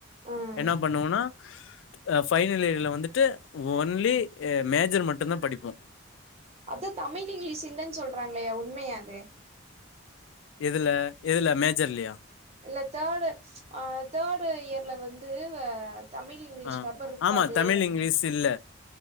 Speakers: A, on the right (about 30°); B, on the left (about 65°).
A: ம்
B: என்னா பண்ணுவனா ஃபைனல் இயர்ல வந்துட்டு ஒன்லி மேஜர் மட்டுந்தா படிப்போ
A: அதா தமிழ் இங்லீஷ் இல்லன் சொல்றாங்களே உண்மையா அது
B: எதுல எதுல மேஜர்லயா
A: இல்ல தேர்டு அ தேர்டு இயர்ல வந்து வ தமிழ் இங்லீஷ்
B: ஆ
A: பேப்பர் இருக்காது
B: ஆமா தமிழ்
A: அப்டின்
B: இங்கிலீஷ் இல்ல